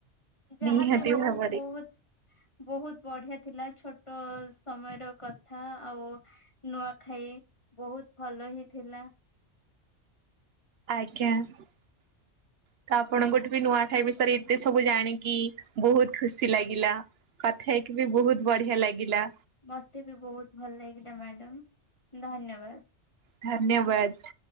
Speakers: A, on the left; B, on the right.
A: ଯାହା
B: ନିହାତି
A: ବି ହଉ
B: ଭାବରେ।
A: ବହୁତ ବହୁତ ବଢିଆ ଥିଲା ଛୋଟ ସମୟର କଥା ଆଉ ନୂଆଖାଇ ବହୁତ ଭଲ ହିଁ ଥିଲା।
B: ଆଜ୍ଞା ତ ଆପଣଙ୍କଠୁ ବି ନୂଆ ଖାଇ ବିଷୟରେ ଏତେ ସବୁ ଜାଣିକି ବହୁତ ଖୁସି ଲାଗିଲା କଥା ହେଇକି ବି ବହୁତ ବଢିଆ ଲାଗିଲା।
A: ମତେ ବି ବହୁତ ଭଲ ଲାଗିଲା ମ୍ୟାଡାମ ଧନ୍ୟବାଦ।
B: ଧନ୍ୟବାଦ।